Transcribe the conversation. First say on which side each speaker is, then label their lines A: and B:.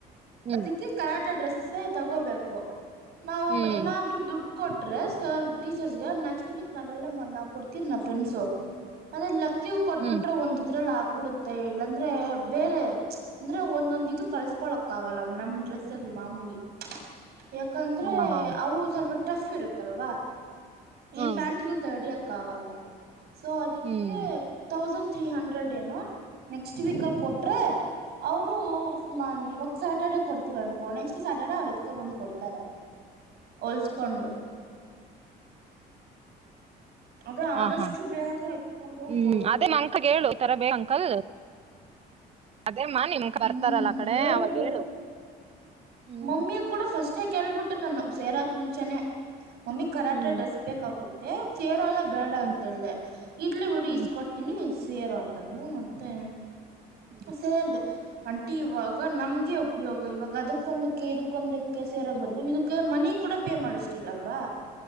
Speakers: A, on the right (about 35°); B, on the right (about 70°).
A: ಹ್ಮ್
B: ಅದಕ್ಕೆ. ಕರಾಟ ಡ್ರೆಸ್ಸ ತಗೋಬೇಕು ನಾವು
A: ಹ್ಮ್
B: ಏನಾದ್ ದುಡ್ಡು ಕೋಟ್ ಡ್ರೆಸ್ ಆರ್ ಟೀಚರ್ಸ್ಗ ನೆಕ್ಸ್ಟ್ ವೀಕ್ ನಾವೆಲ್ಲಾ ನಾ ಕೊಡ್ತಿರಿ ನಾವ್ ಫ್ರೆಂಡ್ಸು. ಅದೇ ಲಕ್ಕಿ ಕೊಟ್ಬಿಟ್ರೆ
A: ಹ್ಮ್
B: ಒಂದ ಇದ್ರಲ್ಲಿ ಆಗ್ಬಿಡುತ್ತೆ ಇಲ್ಲಂದ್ರೆ ಬೇರೆ ಅಂದ್ರೆ ಒಂದೊಂದ ಇದ ಕಳಿಸಿಕೊಳ್ಳಕ್ ಆಗಲ್ಲ ನಮ್ ಡ್ರೆಸ್ ಅಲ್ಲಿ ಮಾಮೂಲಿ. ಯಾಕಂದ್ರೆ
A: ಹಾ ಹಾ ಹಾ
B: ಅವು ಸ್ವಲ್ಪ ಟಫ್ ಇರುತ್ತಲ್ವಾ ಈ
A: ಹೌದು
B: ಪ್ಯಾಂಟ್ <unintelligible> ಅಕ್ಕ ಆಗಲ್ಲ ಸೊ ಅದಕ್ಕೆ
A: ಹ್ಮ್
B: ತೌಸಂಡ್ ತ್ರೀ ಹಂಡ್ರೆಡ್ ಡ್ ಏನು ನೆಕ್ಸ್ಟ್ ವೀಕ್ ಅಲ್ಲಿ ಕೊಟ್ರೆ ಅವ್ರು <unintelligible> ಸಟರ್ಡೆ ಕೊಡ್ತೀವ ಅನ್ಕೋ ನೆಕ್ಸ್ಟ್ ಸಟರ್ಡೆ ಅವ್ರು ಎತ್ಕೊ ಬಂದ್ ಕೊಡ್ತಾರೆ.
A: <inaudible>
B: ಹೋಲ್ಸ್ಕೊಂಡು. ಅದೇ
A: ಹಾ
B: ಆದಷ್ಟು
A: ಹಾ
B: ಬೇಗ ಎತ್ಕೊಂಡ್ ಹೋಗಿ
A: ಹ್ಮ್
B: ಕೊಡ್ಬೇಕು
A: ಅದೇ <unintelligible> ಅಂಕಗ ಹೇಳು ತರ ಬಬೇಕ್ ಅಂಕಲ್ ಅದೇಮ್ಮ ನಿಮ ಬರ್ತಾರಲ್ಲ
B: ಹ್ಮ್
A: ಆ ಕಡೆ
B: ಹೇಳ್ಬೇಕು
A: ಅವಾಗ ಹೇಳು. ಹ್ಮ್
B: ಮಮ್ಮಿ ಕೂಡ ಫಸ್ಟೇ ಕೇಳ್ಬಿಟ್ಟು ನಾನು ಸೇರಾಕ್ ಮುಂಚೆನೆ ಮಮ್ಮಿ ಕರಾಟೆ
A: ಹ್ಮ್
B: ಡ್ರೆಸ್ ಬೇಕಾಗುತ್ತೆ ಸೇರೋಲ್ಲ ಬೇಡ
A: ಹ್ಮ್
B: ಅಂತ ಹೇಳ್ದೆ ಇಡ್ಲಿ ಬಿಡು
A: ಹ್ಮ್
B: ಇಸ್ಕೊಟ್ಟ ತಿನಿ ಸೇರು ಅಂತಂದ್ರರು ಮತ್ತೆ
A: ಹ್ಮ್
B: ಸೇರ್ದೆ ಅಂಟಿ ಇವಾಗ ನಮ್ಗೆ ಉಪಯೋಗ ಇವಾಗ ಅದಕ್ ಕ್ಕೊಂದಕ್ಕೆ ಇದಕ್ಕೊಂದಕ್ಕೆ ಸೇರೋ ಬದ್ಲು ಇದಕ್ಕೆ ಮನಿ ಕೂಡ ಪೇ ಮಾಡಷ್ಟಿಲ್ಲ ಅಲ್ವಾ.